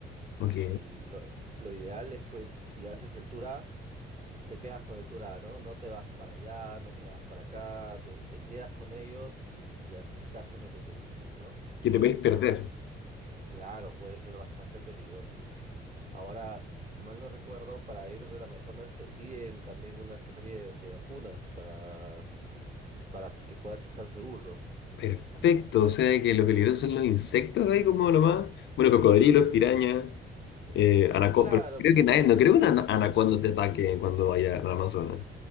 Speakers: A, on the left (about 65°); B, on the right (about 40°).
A: Ok,
B: y lo, lo ideal es, pues, si haces el tour A, te quedas con el tour A, ¿no? No te vas para allá, no te vas para acá, te, te quedas con ellos y, y haces caso en lo que te dicen, ¿no?
A: que te puedes perder.
B: Claro, puede ser bastante peligroso. Ahora, si mal no recuerdo, para ir del Amazonas te piden también una serie de, de vacunas para, para que puedas estar seguro.
A: Perfecto, o sea que lo peligroso son los insectos ahí como nomás. Bueno, cocodrilos, pirañas, eh, anaco-
B: Claro,
A: pero creo que nadie, no creo que una ana- anaconda te ataque cuando vaya al Amazonas.